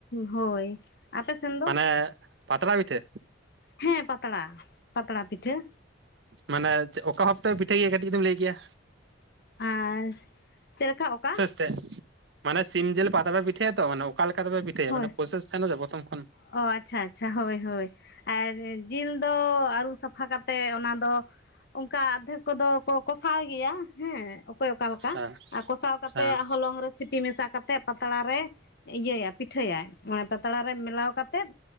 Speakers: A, on the left; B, on the right.
A: ᱦᱳᱭ᱾ ᱟᱯᱮ ᱥᱮᱱ ᱫᱚ
B: ᱢᱟᱱᱮ ᱯᱟᱛᱲᱟ ᱯᱤᱴᱷᱟ.?
A: ᱦᱮᱸ ᱯᱟᱛᱲᱟ ᱯᱟᱛᱲᱟ ᱯᱤᱴᱷᱟᱹ᱾
B: ᱢᱟᱱᱮ ᱚᱠᱟ ᱵᱷᱟᱵ ᱛᱮᱯᱮ ᱯᱤᱴᱷᱟᱹᱭ ᱜᱮᱭᱟ ᱠᱟᱹᱴᱤᱡ ᱡᱩᱫᱤᱢ ᱞᱟᱹᱭ ᱠᱮᱭᱟ᱾
A: ᱟᱨ ᱪᱮᱫ ᱞᱮᱠᱟ ᱚᱠᱟ?
B: ᱛᱮ ᱢᱟᱱᱮ ᱥᱤᱢ ᱡᱤᱞ ᱯᱟᱛᱨᱟ ᱯᱤᱴᱷᱟᱹᱭᱟ ᱛᱚ ᱢᱟᱱᱮ ᱚᱠᱟ ᱞᱮᱠᱟ ᱛᱮ ᱯᱮ ᱯᱤᱴᱟᱹᱭᱟ
A: ᱦᱳᱭ
B: ᱢᱟᱱ ᱯᱨᱚᱥᱮᱥ ᱛᱟᱦᱮᱱᱟ ᱥᱮ ᱯᱨᱚᱛᱚᱢ ᱠᱷᱚᱱ?
A: ᱚ ᱟᱪᱪᱷᱟ ᱟᱪᱪᱷᱟ ᱦᱳᱭ ᱦᱳᱭ ᱟᱨ ᱡᱤᱞ ᱫᱚ ᱟᱹᱨᱩᱵ ᱥᱟᱯᱷᱟ ᱠᱟᱛᱮ ᱚᱱᱟ ᱫᱚ ᱚᱝᱠᱟ ᱟᱫᱫᱷᱮᱠ ᱠᱚᱫᱚ ᱠᱚ ᱠᱚᱥᱟᱣ ᱜᱮᱭᱟ ᱦᱮᱸ᱾ ᱚᱠᱚᱭ ᱚᱠᱟ ᱞᱮᱠᱟ
B: ᱦᱮᱸ
A: ᱟᱨ ᱠᱚᱥᱟᱣ ᱠᱟᱛᱮᱜ
B: ᱦᱮᱸ
A: ᱦᱚᱞᱚᱝ ᱨᱮ ᱥᱤᱯᱤ ᱢᱮᱥᱟ ᱠᱟᱛᱮᱜ ᱯᱟᱛᱲᱟ ᱨᱮ ᱤᱭᱟᱹᱭᱟ ᱯᱤᱴᱷᱟᱹᱭᱟᱭ ᱢᱟᱱᱮ ᱯᱟᱛᱲᱟ ᱨᱮ ᱢᱮᱞᱟᱣ ᱠᱟᱛᱮᱫ